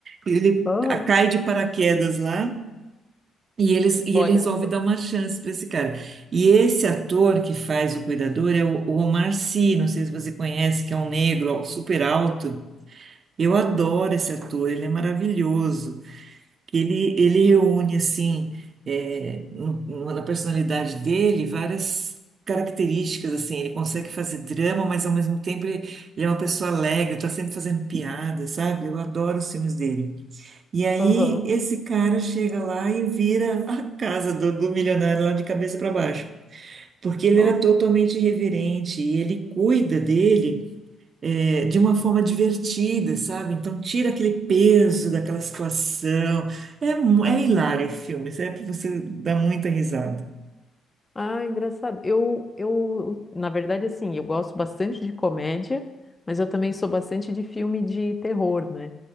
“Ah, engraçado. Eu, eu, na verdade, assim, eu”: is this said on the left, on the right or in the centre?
Left